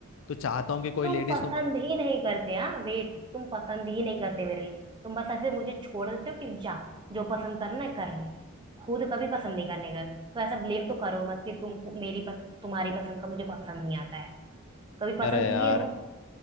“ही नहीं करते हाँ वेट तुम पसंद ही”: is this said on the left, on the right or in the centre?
Right